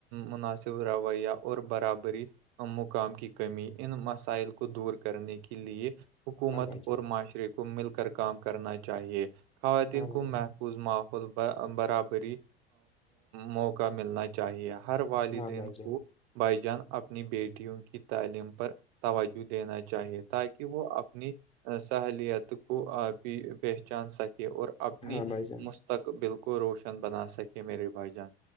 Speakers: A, on the right; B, on the left.
A: مناسب رویہ اور برابری مقام کی کمی ان مسائل کو دور کرنے کے لئے حکومت
B: ہاں بھائی
A: اور
B: جان
A: م معاشرے کو مل کر کام کرنا چاہیے خواتین
B: ہاں
A: کو
B: بھائی
A: محفوظ
B: جان
A: ماحول برابری موقع ملنا چاہیے ہر والدین
B: ہاں بھائی جان
A: کو بھائی جان اپنی بیٹیوں کی تعلیم پر توجہ دینا چاہیے تاکہ کہ وہ اپنی سہلیت کو بھی پہچان سکے اور اپنی
B: ہاں بھائی جان
A: مستقبل بالکل روشن بنا سکے میر بھایی جان